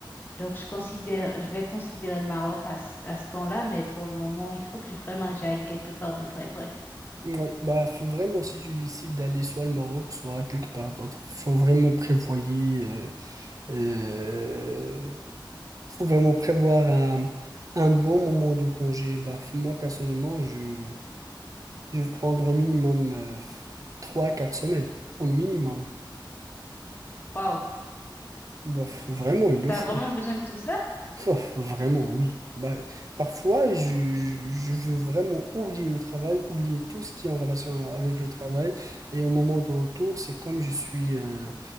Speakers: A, on the left; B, on the right.
A: Donc, je considère, je vais considérer le Maroc à, ce à ce temps-là, mais pour le moment, il faut que je- vraiment j'aille quelque part de très près.
B: Ouais, bah faut vraiment si tu décides d'aller soit au Maroc, soit quelque part d'autre, faut vraiment prévoyer euh, Euh, faut vraiment prévoir un, un bon moment de congé. Bah, moi, personnellement, je, je vais prendre au minimum euh, 3 quatre semaines. Au minimum.
A: Waouh!
B: Bah, vraiment,
A: S-
B: il le
A: T'as
B: faut.
A: vraiment besoin de tout ça?
B: Bah, vraiment, oui. Bah, parfois, je, je, je veux vraiment oublier le travail, oublier tout ce qui est en relation avec le travail. Et au moment de retour, c'est comme je suis euh,